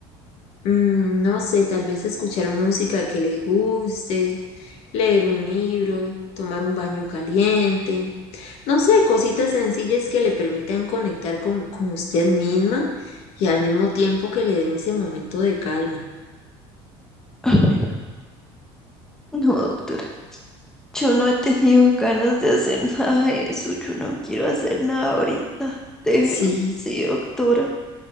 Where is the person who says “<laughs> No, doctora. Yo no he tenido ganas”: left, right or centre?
Centre